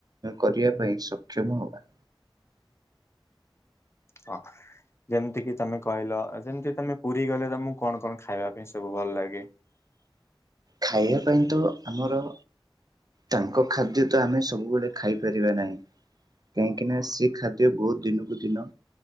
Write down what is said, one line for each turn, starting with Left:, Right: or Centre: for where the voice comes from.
Right: କରିବା ପାଇଁ ସକ୍ଷମ ହବା
Left: <unintelligible> ଯେମିତି କିି ତମେ କହିଲ। ଯେମିତି ତମେ ପୁରୀ ଗଲେ ତମକୁ କଣ କଣ ଖାଇବା ପାଇଁ ସବୁ ଭଲ ଲାଗେ।
Right: ଖାଇବା ପାଇଁ ତ ଆମର ତାଙ୍କ ଖାଦ୍ୟ ତ ଆମେ ସବୁବେଳେ ଖାଇପାରିବା ନାହିଁ। କାହିଁକି ନା ସେ ଖାଦ୍ୟକୁ ଦିନକୁ ଦିନ